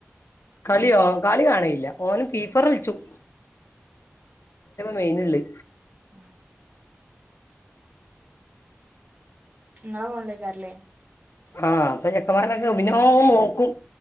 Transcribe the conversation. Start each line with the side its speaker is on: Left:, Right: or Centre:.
Left: കളിയോ കളി കാണലില്ല ഓൻ ഫീ ഫയറ് കളിച്ചും മെയിനിള്ളേ
Right: ആ നിങ്ങളെ ഫോണിലായിക്കും ലെ
Left: ആ അപ്പൊ ചെക്കന്മാരൊക്കെ <unintelligible> നോക്കും